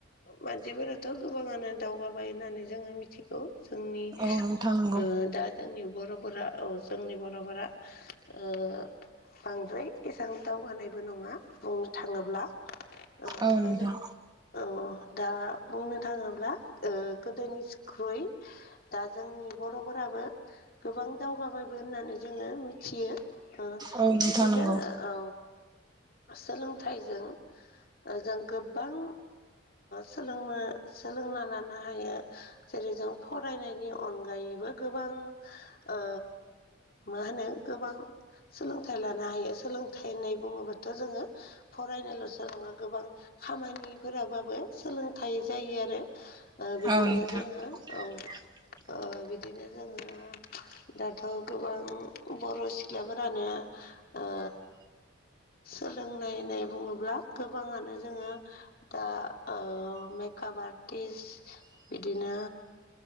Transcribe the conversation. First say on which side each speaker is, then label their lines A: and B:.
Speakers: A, on the left; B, on the right.
A: मानसिफोराथ' गोबाङानो दावगाबाय होननानै जोङो मिथिगौ। जोंनि
B: औ नोंथां नंगौ
A: ओ दा जोंनि बर'फोरा औ जोंनि बर'फोरा ओ बांद्राय एसां दावगानायबो नङा बुंनो थाङोब्ला ओ
B: औ नोंथां
A: बेलेग औ दा बुंनो थाङोब्ला ओ गोदोनिख्रुइ दा जोंनि बर'फोराबो गोबां दावगाबायबो होननानै जोङो मिथियो ओ
B: औ नोंथां
A: बिदिनो
B: नंगौ
A: औ सोलोंथाइजों ओ जों गोबां सोलोंनो सोलोंना लानो हायो जेरै जों फरायनायनि अनगायैबो गोबां ओ मा होनो गोबां सोलोंथाइ लानो हायो सोलोंथाइ होननाय बुङोबाथ' जोङो फरायनायल'सो नङा गोबां खामानिफोराबाबो सोलोंथाइ जायो आरो ओ बिदिनो
B: औ नोंथां
A: जोङो
B: <unintelligible>
A: औ ओ बिदिनो जोंङो दाथ' गोबां बर' सि ख्लाफोरानो ओ सोलोंनाय होननाय बुङोब्ला गोबाङानो जोङो दा ओ मेकआप आर्टिस्ट बिदिनो